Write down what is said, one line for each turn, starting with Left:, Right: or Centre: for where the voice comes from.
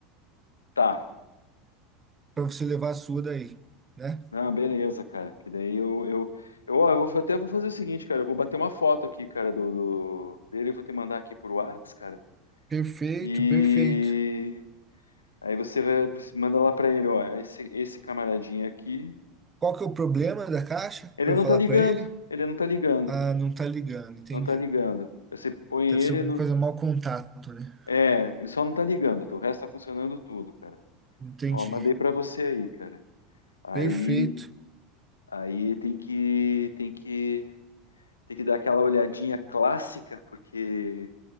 Left: tá.
Right: para você levar a sua daí, né?
Left: Ah, beleza, cara. Que daí eu, eu, eu, ó, eu vou fa- até vou fazer o seguinte, cara. Eu vou bater uma foto aqui, cara, do, do- dele. Eu vou te mandar aqui por Whats, cara.
Right: Perfeito,
Left: E
Right: perfeito.
Left: aí você vai você manda lá pra ele, ó. Esse, esse camaradinho aqui.
Right: Qual que é o problema da caixa
Left: Ele
Right: para eu
Left: não
Right: falar
Left: tá ligando.
Right: para ele?
Left: Ele não tá ligando.
Right: Ah, não tá ligando, entendi.
Left: Não tá ligando. Você põe
Right: Deve
Left: ele
Right: ser alguma
Left: no.
Right: coisa mau contato, né?
Left: É, ele só não tá ligando. tá? O resto tá funcionando tudo, cara.
Right: Entendi.
Left: Ó, mandei pra você aí, cara. Aí,
Right: Perfeito.
Left: aí tem que, tem que, tem que dar aquela olhadinha clássica, porque